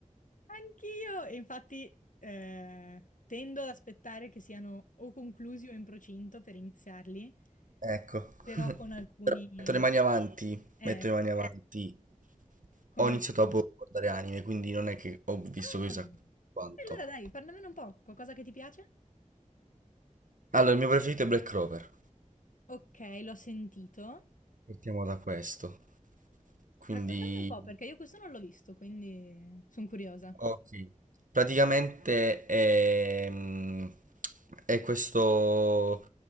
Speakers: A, on the left (about 75°); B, on the right (about 75°).
A: anch'io. E infatti eh, tendo ad aspettare che siano o conclusi o in procinto per iniziarli,
B: Ecco.
A: però
B: <laughs>
A: con alcuni...
B: Però metto le mani avanti.
A: eh,
B: Metto le mani avanti.
A: con
B: Ho iniziato
A: alcuni
B: a guardare anime, quindi non è che ho visto
A: Ah,
B: chissà quanto.
A: e allora dai, parlamene un po', qualcosa che ti piace?
B: Allora, il mio preferito è Black Clover.
A: Ok, l'ho sentito.
B: Partiamo da questo. Quindi,
A: Raccontami un po', perché io questo non l'ho visto, quindi sono curiosa.
B: ok. Praticamente ehm, è, questo,